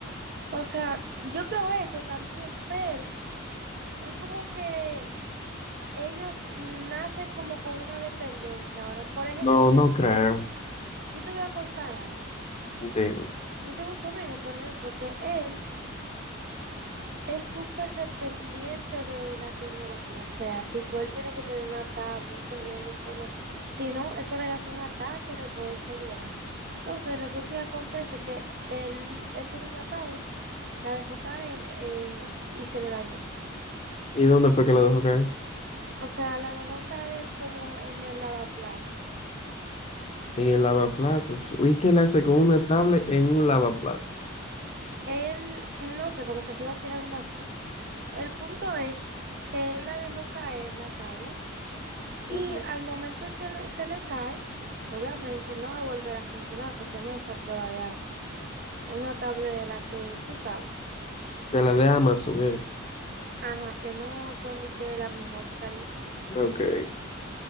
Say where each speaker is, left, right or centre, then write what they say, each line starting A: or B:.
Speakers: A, on the right (about 50°); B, on the left (about 30°).
A: O sea, yo creo eso también, pero es como que ellos nacen como con una dependencia. Ahora, por ejemplo,
B: No, no creo.
A: yo te voy a contar algo.
B: Dime.
A: Yo tengo un sobrino, por ejemplo, que él... Es súper dependiente de la tecnología, o sea, tipo, él tiene que tener una tablet, un teléfono, si no, eso le da un ataque de poderse a llorar. Entonces, resulta y acontece que él, él tiene una tablet, la dejó caer eh, y se le dañó.
B: ¿Y dónde fue que lo dejó caer?
A: O sea, la dejó caer como en el lavaplatos.
B: En el lavaplatos. ¿Y qué le hace con una tablet en un lavaplatos?
A: Él, no sé, como que se iba a tirar una foto. El punto es que él la dejó caer, la tablet, Y
B: Ujú.
A: al momento en que le- se le cae, obviamente no va a volver a funcionar porque no es a prueba de agua. Una tablet de la que tú sabes,
B: De la de Amazon es.
A: a la que no son de que la mejor calidad.
B: Ok.